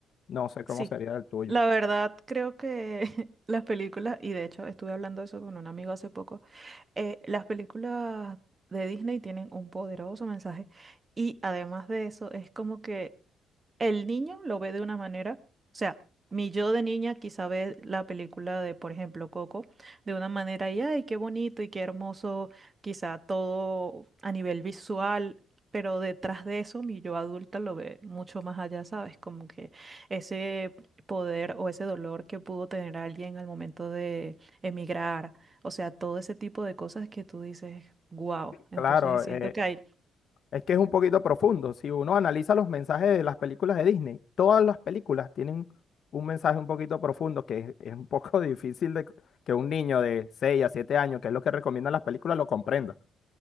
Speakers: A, on the left; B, on the right.
A: No sé cómo
B: Sí,
A: sería el tuyo.
B: la verdad creo que <laughs> las películas, y de hecho estuve hablando de eso con un amigo hace poco, eh, las películas de Disney tienen un poderoso mensaje y además de eso es como que el niño lo ve de una manera, o sea, mi yo de niña quizá ve la película de, por ejemplo, Coco, de una manera y, ay, qué bonito y qué hermoso, quizá todo a nivel visual, pero detrás de eso mi yo adulta lo ve mucho más allá, ¿sabes? Como que ese poder o ese dolor que pudo tener alguien al momento de emigrar, o sea, todo ese tipo de cosas que tú dices, wow, entonces
A: Claro,
B: siento
A: eh,
B: que hay...
A: es que es un poquito profundo. Si uno analiza los mensajes de las películas de Disney, todas las películas tienen un mensaje un poquito profundo que es, es un poco <laughs> difícil de que un niño de 6 a 7 años, que es lo que recomiendan las películas, lo comprenda.